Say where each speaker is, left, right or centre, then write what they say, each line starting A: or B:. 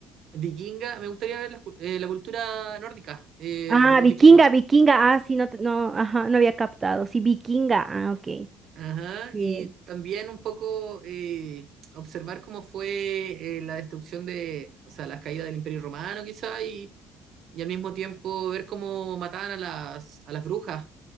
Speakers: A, on the right; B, on the right.
A: Vikinga, me gustaría ver la, cu- eh, la cultura nórdica eh,
B: Ah,
A: de los
B: vikinga,
A: vikingos.
B: vikinga. Ah, sí, no, te- no, ajá, no había captado. Sí, vikinga. Ah, ok.
A: Ajá,
B: Bien.
A: y también un poco eh, observar cómo fue eh, la destrucción de, o sea, la caída del Imperio Romano quizá, y, y al mismo tiempo ver cómo mataban a las, a las brujas,